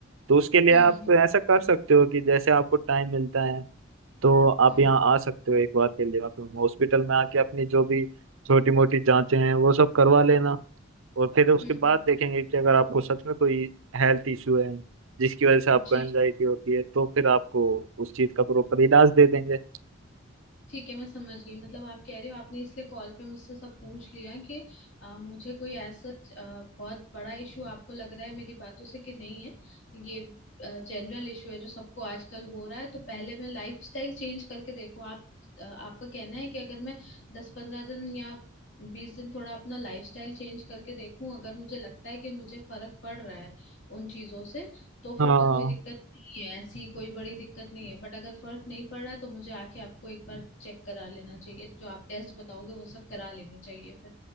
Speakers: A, on the right (about 75°); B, on the left (about 65°).
A: तो उसके लिए
B: हम्म
A: आप ऐसा कर सकते हो कि जैसे आपको टाइम मिलता है तो आप
B: हम्म
A: यहाँ आ सकते हो एक बार के लिए मतलब हॉस्पिटल में आके अपनी जो भी छोटी मोटी जांचें हैं वो सब करवा लेना और फिर उसके
B: हम्म हम्म,
A: बाद देखेंगे कि अगर आपको सच में कोई हेल्थ इशू है जिसकी वजह से आपको
B: जी
A: एंजाइटी होती है तो फिर आपको उस चीज़ का प्रॉपर इलाज दे देंगे
B: ठीक है मैं समझ गई मतलब आप कह रहे हो आपने इसलिए कॉल पे मुझसे सब पूछ लिया कि आ, मुझे कोई ऐसा आ, बहुत बड़ा इशू आपको लग रहा है मेरी बातों से कि नहीं है ये जनरल इशू है जो सबको आजकल हो रहा है तो पहले मैं लाइफस्टाइल चेंज करके देखो आप आ, आपका कहना है कि अगर मैं दस पंद्रह दिन या बीस दिन थोड़ा अपना लाइफस्टाइल चेंज करके देखूं अगर मुझे लगता है कि मुझे फर्क पड़ रहा है उन चीजों से तो
A: हाँ
B: फिर तो कोई दिक्कत नहीं है ऐसी कोई बड़ी दिक्कत नहीं है बट अगर फर्क नहीं पड़ रहा तो मुझे आके आपको एक बार चेक करा लेना चाहिए जो आप टेस्ट बताओगे वो सब करा लेने चाहिए फिर